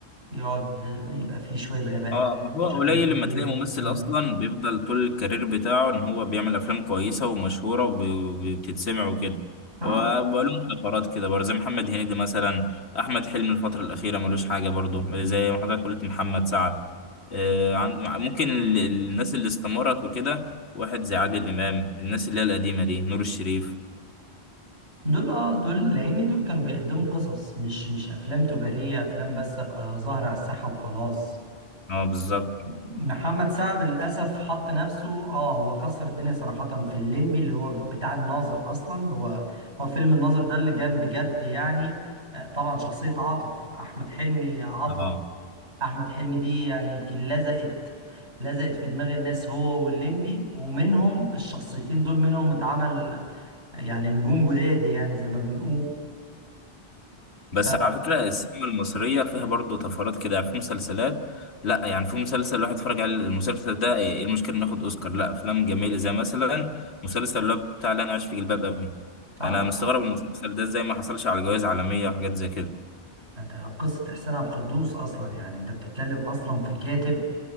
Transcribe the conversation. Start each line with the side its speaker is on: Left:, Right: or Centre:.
Right: يقعد يبقى فيه شوية غباء
Left: اه
Right: كده
Left: ما هو
Right: مش عارف
Left: قليل
Right: ايه
Left: لما
Right: والكلام
Left: تلاقي ممثل اصلا
Right: ده
Left: بيفضل طول الكارير بتاعه ان هو بيعمل افلام كويسه ومشهوره وب- وبتتسمع وكده
Right: اه
Left: وبقاله فترات كده برضه زي محمد هنيدي مثلا احمد حلمي الفتره الاخيره ملوش حاجه برضه زي ما حضرتك قلت محمد سعد آه عن مع- ممكن ال- الناس اللي استمرت وكده واحد زي عادل امام الناس اللي هي القديمه دي نور الشريف
Right: دول اه دول لان دول كانوا بيقدموا قصص مش مش افلام تجارية افلام بس ابقى ظاهر على الساحة وخلاص
Left: اه بالظبط
Right: محمد سعد للاسف حط نفسه اه هو كسر الدنيا صراحة في الليمبي اللي هو بتاع الناظر اصلا اللي هو هو فيلم الناظر ده اللي جان بجد يعني آه، طبعا شخصية عاطف احمد حلمي عاطف
Left: اه
Right: احمد حلمي دي يعني يمكن لزقت لزقت في دماغ الناس هو والليمبي ومنهم الشخصيتين دول منهم اتعمل يعني نجوم جداد يعني زي ما بنقول
Left: بس
Right: ف
Left: على فكرة السينما المصرية فيها برضه طفرات كده يعني في مسلسلات لا يعني في مسلسل الواحد اتفرج على المسلسل ده ايه إيه المشكلة انه ياخد اوسكار لا افلام جميلة زي مثلا مسلسل اللي هو بتاع اللي انا عايش في جلباب ابي
Right: اه
Left: انا
Right: طبعا
Left: مستغرب من المسلسل ده ازاي ما حصلش على جوائز عالمية وحاجات زي كده
Right: ده قصة إحسان عبد القدوس أصلا يعني أنت بتتكلم أصلا في كاتب